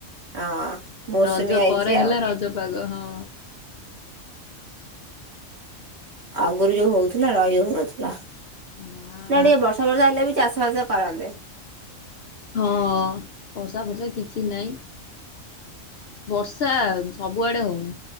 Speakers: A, on the right; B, on the left.
A: ହଁ। ମୌସୁମୀ
B: ରଜ
A: ଆଇଛି
B: ପରେ
A: ଆଉ
B: ହେଲା ରଜ ପାଗ ହଁ।
A: ଆଗରୁ ଯୋଉ ହଉଥିଲା ରହି ହଉନଥିଲା
B: ମା
A: ନାଟିକେ ବର୍ଷା ବର୍ଷା ହେଲେବି ଚାଷ ଫାଷ କରନ୍ତେ।
B: ହଁ ବର୍ଷା ଫର୍ଷା କିଛି ନାଇଁ। ବର୍ଷା ସବୁଆଡ଼େ ହଉନି